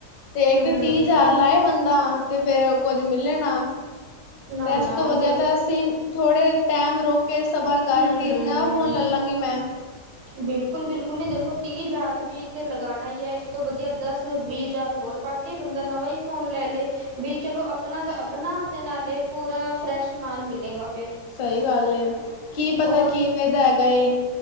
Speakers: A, on the left; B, on the right.
A: ਤੇ
B: ਹੂੰ
A: ਤੇ ਤੀਹ ਹਜ਼ਾਰ ਲਾਏ ਬੰਦਾ ਤੇ ਫੇਰ ਕੁੱਝ ਮਿਲਣਾ,
B: ਨਾ
A: ਤੇ
B: ਨਾ
A: ਇਸ ਤੋਂ ਵਧੀਆ
B: ਫਿਰ
A: ਤਾਂ ਅਸੀਂ ਥੋੜੇ ਟਾਈਮ ਰੁਕ ਕੇ, ਸਬਰ
B: ਹੂੰ
A: ਕਰਕੇ, ਨਵਾ ਫੋਨ ਲੈ ਲਵਾਂਗੀ ਮੈਂ
B: ਬਿਲਕੁਲ- ਬਿਲਕੁਲ ਨੀ ਦੇਖੋ ਤੀਹ ਹਜ਼ਾਰ ਵੀ ਤੇ ਲਗਾਉਣਾ ਹੀ ਹੈ ਇਸ ਤੋਂ ਵਧੀਆ ਦਸ ਤ ਵੀਹ ਹਜ਼ਾਰ ਹੋਰ ਪਾ ਕੇ ਬੰਦਾ ਨਵਾਂ ਹੀ ਫੋਨ ਲੈ ਲਏ। ਬਈ ਚਲੋ ਅਪਣਾ ਦਾ ਅਪਣਾ, ਤੇ ਨਾਲੇ ਪੂਰਾ ਫਰੈਸ਼ ਮਾਲ ਮਿਲੇਗਾ। ਫਿਰ
A: ਸਹੀ ਗੱਲ ਏ, ਕੀ ਪਤਾ
B: ਉਹ
A: ਕਿਵੇਂ ਦਾ ਹੈਗਾ ਏ।